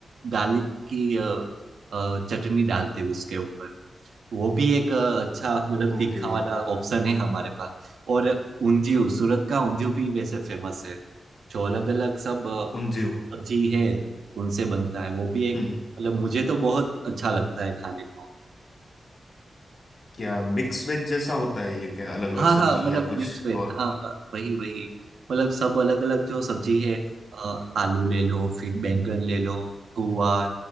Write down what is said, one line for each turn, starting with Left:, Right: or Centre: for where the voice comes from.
Right: गार्लिक की अ, अ, चटनी डालते हैं उसके ऊपर वो भी एक अ, अच्छा मतलब
Left: Okay
Right: तीखा वाला ऑप्शन है हमारे पास और ऊंधियू सूरत का ऊंधियू भी वैसे फेमस है जो अलग अलग सब
Left: Undhiyu
Right: सब्जी है उनसे बनता है वो भी एक
Left: Hmm हम्म,
Right: मतलब मुझे तो बहुत अच्छा लगता है खाने को
Left: क्या मिक्स वेज जैसा होता है ये क्या अलग अलग
Right: हाँ
Left: सब्जी
Right: हाँ मतलब
Left: या कुछ
Right: मिक्स वेज
Left: और
Right: हाँ हाँ, वही वही मतलब सब अलग अलग जो सब्जी है अ, आलू ले लो फिर बैंगन ले लो गुवार